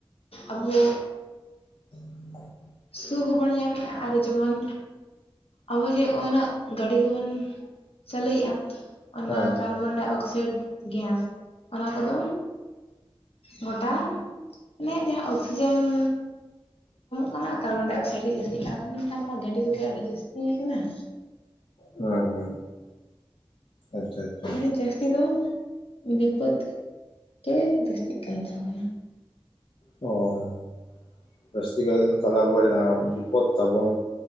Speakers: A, on the left; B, on the left.
A: ᱟᱵᱚ
B: <inaudible>
A: ᱥᱩᱠᱷ ᱦᱚᱸᱵᱚᱱ ᱧᱟᱢᱮᱜᱼᱟ, ᱟᱨ ᱡᱮᱢᱚᱱ ᱟᱵᱚ ᱡᱮ ᱩᱱᱟᱹᱜ ᱜᱟᱹᱰᱤ ᱠᱚᱵᱚᱱ ᱼᱼ ᱪᱟᱹᱞᱩᱭᱮᱫᱼᱟ। ᱚᱱᱟ
B: ᱦᱮᱸ
A: ᱠᱟᱨᱵᱚᱱᱰᱟᱭ ᱚᱠᱥᱟᱭᱤᱰ ᱜᱮᱥ, ᱚᱱᱟ ᱠᱚᱫᱚ ᱜᱚᱴᱟ, ᱢᱟᱱᱮ ᱡᱟᱦᱟᱸ ᱚᱠᱥᱤᱡᱮᱱ ᱻ ᱠᱷᱚᱱᱟᱜ ᱠᱟᱨᱵᱚᱱᱰᱟᱭ ᱚᱠᱥᱟᱭᱤᱰ ᱜᱮ ᱡᱟᱹᱥᱛᱤ ᱠᱟᱱᱟ। <unintelligible> ᱱᱮᱛᱟᱨ ᱢᱟ ᱜᱟᱹᱰᱤ ᱠᱚ ᱜᱮ ᱟᱹᱰᱤ ᱡᱟᱹᱥᱛᱤ ᱠᱟᱱᱟ।
B: ᱦᱮᱸ ᱦᱮᱸ। ᱟᱪᱪᱷᱟ ᱟᱪᱪᱷᱟ
A: ᱢᱟᱱᱮ ᱡᱟᱹᱥᱛᱤ ᱫᱚ ᱼᱼ ᱵᱤᱯᱚᱫ ᱛᱚ ᱡᱟᱹᱥᱛᱤᱜ ᱠᱟᱱ ᱛᱟᱵᱚᱱᱟ।
B: ᱚ। ᱡᱟᱹᱥᱛᱤ ᱠᱟᱭ ᱛᱮ, ᱛᱟᱞᱦᱮ ᱟᱵᱚᱣᱟᱜ ᱡᱟᱦᱟᱸ ᱵᱤᱯᱚᱫ ᱛᱟᱵᱚᱱ,